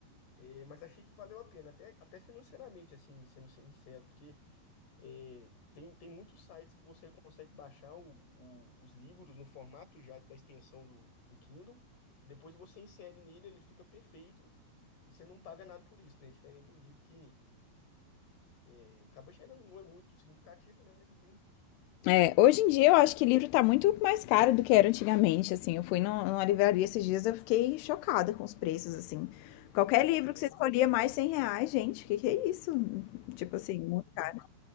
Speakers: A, on the left; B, on the left.
A: eh, mas achei que valeu a pena, até, até financeiramente, assim, sendo sincero, porque eh, tem, tem muitos sites que você consegue baixar o- o- os livros no formato já da extensão do, do Kindle, e depois você insere nele, ele fica perfeito, e você não paga nada por isso, né? Diferente do livro que eh, acaba gerando, não é muito significativo, né? Mas tem um custo.
B: É, hoje em dia eu acho que livro tá muito mais caro do que era antigamente, assim. Eu fui no- numa livraria esses dias, eu fiquei chocada com os preços, assim. Qualquer livro
A: É,
B: que você escolhia mais 100 reais, gente, o que que é isso? Tipo assim, muito caro.